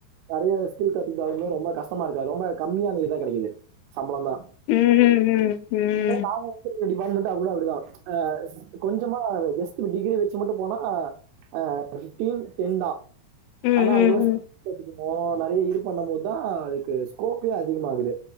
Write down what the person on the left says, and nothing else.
ம் ம் ம் ம்
ம்
ம்
ம்